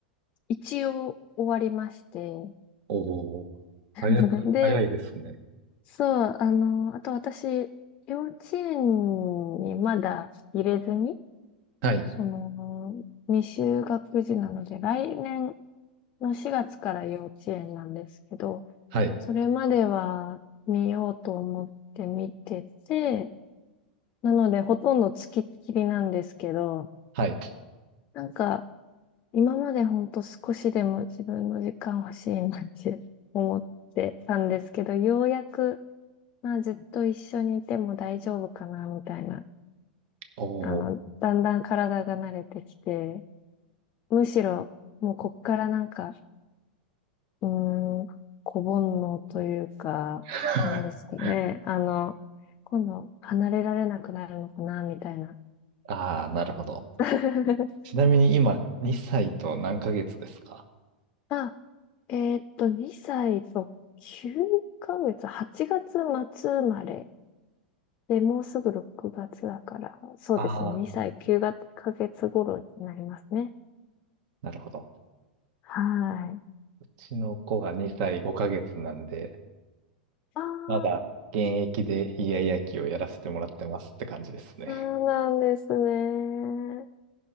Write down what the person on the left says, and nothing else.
一応終わりまして。
<laughs>
で、
そう、あの、あと私、幼稚園にまだ入れずに、
その、未就学児なので、来年の4月から幼稚園なんですけど、
それまでは見ようと思って見てて、なのでほとんど付きっきりなんですけど、
なんか今までほんと少しでも自分の時間欲しいなって <laughs> 思ってたんですけど、ようやく、まあずっと一緒にいても大丈夫かなみたいな、
あの、だんだん体が慣れてきて、むしろもうこっからなんかうーん、子煩悩というか、
なんですかね。あの、今度離れられなくなるのかな、みたいな。
<laughs>
あ、えーっと、2歳と9ヶ月、8月末生まれ。で、もうすぐ6月だから、そうですね。
2歳9ヶ月頃になりますね。
はい。
ああ、
そうなんですね。